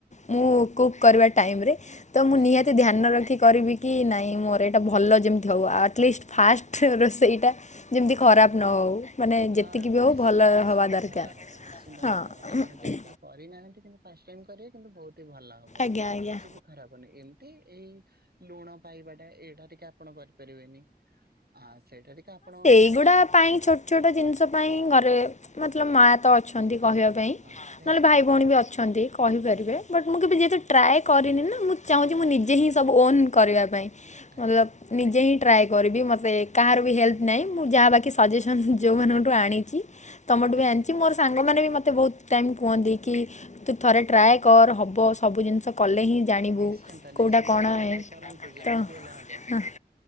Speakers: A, on the left; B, on the right.
A: ମୁଁ କୁକ୍ କରିବା ଟାଇମରେ ତ ମୁଁ
B: ଆଜ୍ଞା
A: ନିହାତି ଧ୍ୟାନ ରଖି କରିବି କି ନାଇଁ ମୋର ଟା ଭଲ ଯେମିତି ହେଉ, ଆଟଲିଷ୍ଟ ଫାଷ୍ଟ ରୋଷେଇଟା ଯେମିତି ଖରାପ
B: ଆଜ୍ଞା।
A: ନ ହେଉ ମାନେ
B: ହଁ
A: ଯେତିକି ବି ହଉ
B: ନିଶ୍ଚିନ୍ତ
A: ଭଲ
B: ନିଶ୍ଚିନ୍ତ
A: ହେବା ଦରକାର,
B: ଭଲ ହବ ନିଶ୍ଚିନ୍ତ
A: ହଁ।
B: ଭଲ ହବ ଆପଣ ଯେହେତୁ କରିନାହାନ୍ତି କିନ୍ତୁ ଫାଷ୍ଟ ଟାଇମ୍ କରିବେ କିନ୍ତୁ ବହୁତ ହିଁ ଭଲ ହବ। ବ
A: ଆଜ୍ଞା ଆଜ୍ଞା
B: କିଛି ବି ଖରାପନି ଏମିତି ଏଇ ଲୁଣ ପାଇବାଟା ଏଇଟା ଟିକେ ଆପଣ କରିପାରିବେନି ଆ ସେଇଟା ଟିକେ ଆପଣ
A: ଏଗୁଡ଼ା ପାଇଁ ଛୋଟ ଛୋଟ ଜିନିଷ ପାଇଁ ଘରେ ମତଲବ ମାଆ ତ ଅ ଅଛନ୍ତି
B: ହଁ
A: କହିବା
B: ହଁ
A: ପାଇଁ
B: ହଁ ନିଶ୍ଚିନ୍ତ
A: ନହେଲେ ଭାଇ ଭଉଣୀ ବି ଅଛନ୍ତି କହିପାରିବେ
B: ଆଜ୍ଞା
A: ବଟ ମୁଁ କେବେ ଯେହେତୁ ଟ୍ରାଏ କରିନି ନା ମୁଁ ଚାହୁଁଚି ମୁଁ ନିଜେ ହିଁ ସବୁ ଓନ୍ କରିବା ପାଇଁ
B: ଆଜ୍ଞା।
A: ମତଲବ ନିଜେ ହିଁ ଟ୍ରାଏ କରିବି ମୋତେ କାହାର ବି ହେଲ୍ପ ନାହିଁ ମୁଁ ଯାହା ବାକି ସଜେସନ୍ ଯେଉଁମାନଙ୍କଠୁ ଆଣିଚି। ତମଠୁ
B: ଆଜ୍ଞା
A: ବି ଆଣିଚି ମୋର ସାଙ୍ଗମାନେ ବି ମୋତେ ବହୁତ ଟାଇମ୍ କୁହନ୍ତି କି ତୁ ଥରେ ଟ୍ରାଏ କର ହେବ ସବୁ ଜିନିଷ କଲେ ହିଁ ଜାଣିବୁ
B: ନିଶ୍ଚିନ୍ତ ନିଶ୍ଚିନ୍ତ
A: କୋଉଟା କଣ
B: ଆପଣ ଟ୍ରାଏ
A: ଏ
B: କରନ୍ତୁ ଯେମିତି
A: ତ
B: ହେଲେ ହବ
A: ହଁ